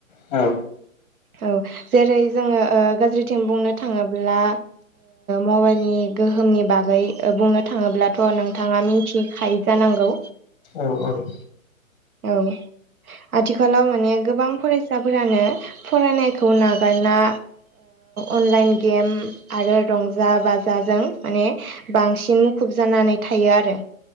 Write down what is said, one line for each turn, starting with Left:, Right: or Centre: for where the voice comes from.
Left: औ
Right: औ जेरै जोङो ओ गाज्रिथिं बुंनो थाङोब्ला मबाइलनि गोहोमनि बागै बुंनो थाङोब्लाथ' नोंथाङा मिथिखायो जानांगौ
Left: औ औ
Right: औ आथिखालाव माने गोबां फरायसाफोरानो फरायनायखौ नागारना अनलाइन गेम आरो रंजा बाजाजों माने बांसिन मुखुब जानानै थायो आरो